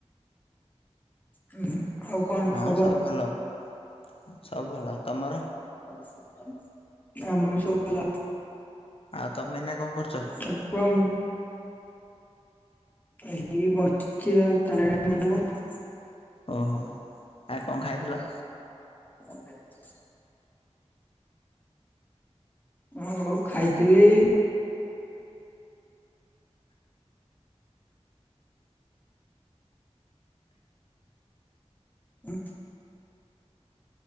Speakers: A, on the left (about 15°); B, on the left (about 55°).
A: ହୁଁ ଆଉ କଣ
B: ହଁ
A: ଖବର
B: ସବୁ ଭଲ ହ ସବୁ ଭଲ ତମର?
A: <unintelligible> ଆମର ସବୁ ଭଲ।
B: ଆଉ ତମେ ଏଇନା କଣ କରୁଛ?
A: ଆପ। <unintelligible> ଏଇ ବସିଛି ଆଉ ତାରିଣୀ ମଣ୍ଡପରେ
B: ଓହୋ ଆଉ କଣ ଖାଇଥିଲ?
A: <inaudible> ହଁ ଖାଇଥିଲି। ହୁଁ।